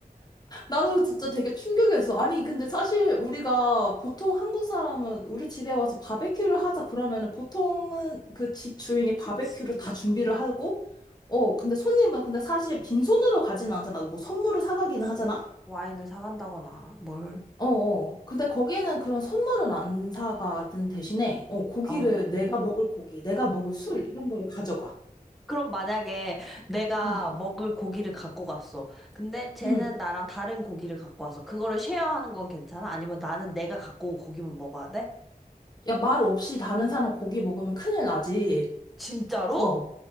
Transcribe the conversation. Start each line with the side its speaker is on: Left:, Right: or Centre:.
Left: 나도 진짜 되게 충격이었어. 아니, 근데 사실 우리가 보통 한국 사람은 우리 집에 와서 바베큐를 하자 그러면은 보통은 그 집 주인이 바베큐를
Centre: 그치.
Left: 다 준비를 하고, 어, 근데 손님은 근데 사실 빈손으로 가지는 않잖아. 뭐 선물을 사가기는
Centre: 그치.
Left: 하잖아.
Centre: 와인을 사간다거나, 뭘.
Left: 어어. 근데 거기는 그런 선물은 안 사가든 대신에, 어, 고기를,
Centre: 아,
Left: 내가 먹을 고기, 내가 먹을 술, 이런 거를 가져가.
Centre: 그럼 만약에 내가
Left: 응.
Centre: 먹을 고기를 갖고 갔어. 근데 쟤는
Left: 응.
Centre: 나랑 다른 고기를 갖고 왔어. 그거를 쉐어하는 건 괜찮아? 아니면 나는 내가 갖고 온 고기만 먹어야 돼?
Left: 야, 말 없이 다른 사람 고기 먹으면 큰일 나지.
Centre: 진짜로?
Left: 어.